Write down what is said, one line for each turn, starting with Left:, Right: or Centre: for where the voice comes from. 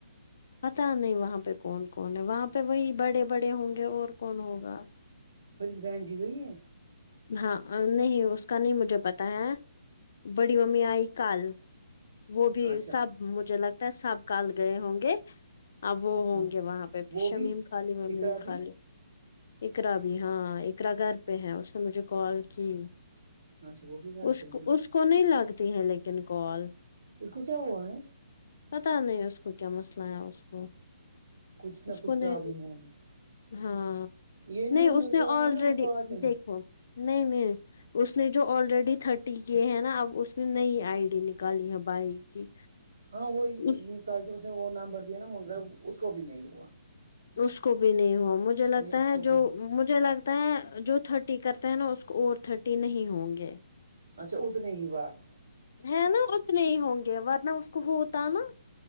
Left: پتا نہیں وہاں پہ کون کون ہے وہاں پہ وہی بڑے بڑے ہوں گے اور کون ہوگا
Right: فرید بہن جی گئی ہے
Left: ہاں نہیں اس کا نہیں مجھے پتا ہے بڑی ممی آئی کال وہ بھی
Right: اچھا
Left: سب مجھے لگتا ہے سب کال گئے ہوں گے اب وہ ہوں
Right: ہاں
Left: گے وہاں پہ
Right: وہ
Left: شمیم
Right: بھی
Left: خالی ومیم
Right: اقرا
Left: خالی
Right: بھی
Left: اقرا بھی ہاں اقرا گھر پہ ہیں اس نے مجھے کال کی
Right: اچھا وہ بھی گھر
Left: اس
Right: پہ ہے
Left: کو اس کو نہیں لگتی ہیں لیکن کال
Right: اس کو کیا ہوا ہے
Left: پتا نہیں اس کو کیا مسئلہ ہے اس کو
Right: کچھ
Left: اس
Right: نہ کچھ
Left: کو
Right: پرابلم
Left: نہیں
Right: ہوگا
Left: ہاں
Right: یہ نیو
Left: نہیں اس
Right: نیو
Left: نے
Right: جو ہے
Left: آلریڈی
Right: نا ان کو آتے ہیں
Left: دیکھو نہیں نہیں اس نے جو آلریڈی تھرٹی کیے ہیں نا اب اس نے نئی آئی ڈی نکالی ہے بائی کی
Right: ہاں وہی
Left: اس
Right: نکالتی اس نے وہ نام بھر دیا نا مگر اس کو بھی نہیں ہوا
Left: اس کو بھی نہیں ہو مجھے لگتا
Right: نہیں اس
Left: ہے
Right: کو بھی
Left: جو
Right: نہیں
Left: مجھے لگتا ہے جو تھرٹی کرتے ہیں نا اس کو اور تھرٹی نہیں ہوں گے
Right: اچھا اتنے ہی بس
Left: ہے نا اتنے ہی ہوں گے ورنہ اس کو ہوتا نا